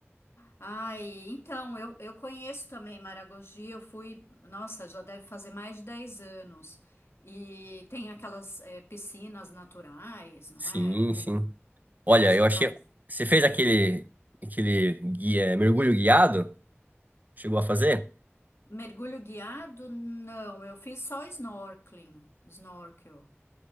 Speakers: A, on the left; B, on the right.
A: Ai, então, eu, eu conheço também Maragogi, eu fui, nossa, já deve fazer mais de 10 anos. E tem aquelas eh, piscinas naturais, não
B: Sim,
A: é? Tem,
B: sim.
A: um-
B: Olha,
A: você
B: eu
A: faz.
B: achei. Você fez aquele,
A: hum.
B: aquele guia, mergulho guiado? Chegou a fazer?
A: Mergulho guiado? Não, eu fiz só snorkeling, snorkel.